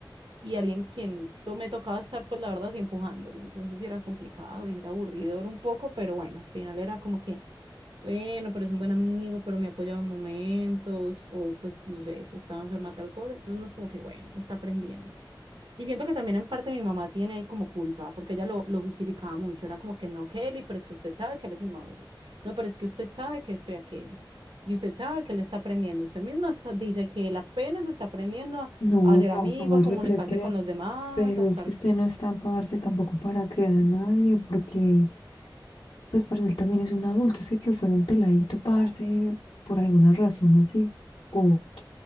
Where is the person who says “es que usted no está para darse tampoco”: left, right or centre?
Left